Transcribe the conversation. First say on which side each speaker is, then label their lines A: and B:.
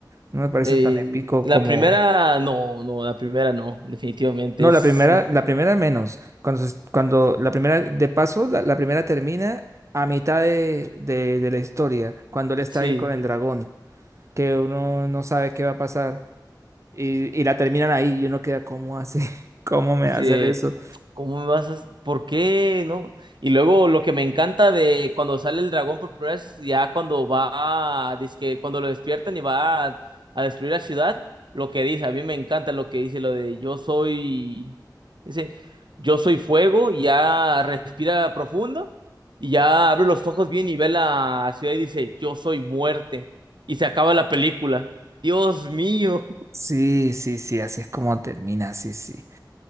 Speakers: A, on the right; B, on the right.
A: No me parece
B: eh,
A: tan épico
B: la
A: como...
B: primera, no, no, la primera no, definitivamente
A: No,
B: es
A: la primera, la primera menos. Cuando, se- cuando la primera, de paso, la, la primera termina a mitad de, de- de la historia, cuando él está
B: Sí,
A: ahí con el dragón, que uno no sabe qué va a pasar, y, y la terminan ahí, y uno queda, ¿cómo hace? <laughs> ¿Cómo me
B: así
A: va a hacer
B: de,
A: eso?
B: ¿cómo me vas a...? ¿Por qué? ¿No? Y luego lo que me encanta de cuando sale el dragón por primera vez, ya cuando va, a- dizque cuando lo despiertan y va a, a destruir la ciudad, lo que dice, a mí me encanta lo que dice, lo de yo soy, dice, yo soy fuego, y ya respira profundo, y ya abre los ojos bien y ve la ciudad y dice, yo soy muerte, y se acaba la película. Dios mío.
A: Sí, sí, sí, así es como termina, sí, sí.